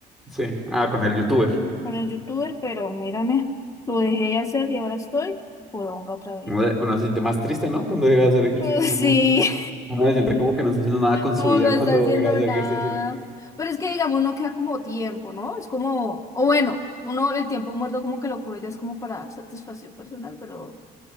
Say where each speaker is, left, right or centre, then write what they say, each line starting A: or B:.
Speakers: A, in the centre; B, on the left.
A: sí. Ah, con el youtuber.
B: con el youtuber, pero mírame, lo dejé de hacer y ahora estoy podonga otra vez.
A: Uno de- uno se siente más triste, ¿no? Cuando deja de hacer ejercicio,
B: <laughs>
A: mamá.
B: Sí.
A: Uno se siente como que no está haciendo nada con su
B: O
A: vida
B: no está
A: cuando
B: haciendo
A: deja de hacer
B: nada.
A: ejercicio.
B: Pero es que, digamos, no queda como tiempo, ¿no? Es como, o bueno, uno el tiempo muerto como que lo coge ya es como para satisfacción personal, pero